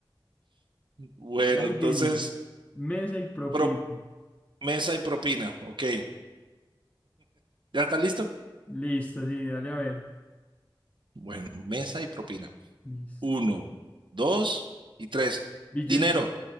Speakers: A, on the right (about 65°); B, on the left (about 15°).
A: Bueno,
B: Está difícil.
A: entonces,
B: Mesa y propina.
A: pro- mesa y propina. Ok. ¿Ya está listo?
B: Listo, sí, dale a ver.
A: Bueno, mesa y propina.
B: Listo.
A: Uno, dos y tres.
B: Billete.
A: Dinero.